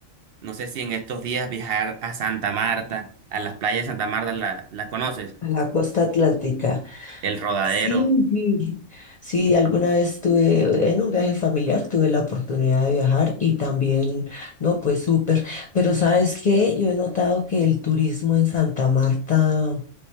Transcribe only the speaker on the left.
A la costa atlántica.
Sí, sí, sí, alguna vez tuve, en un viaje familiar tuve la oportunidad de viajar y también, no, pues súper, pero ¿sabes qué? Yo he notado que el turismo en Santa Marta,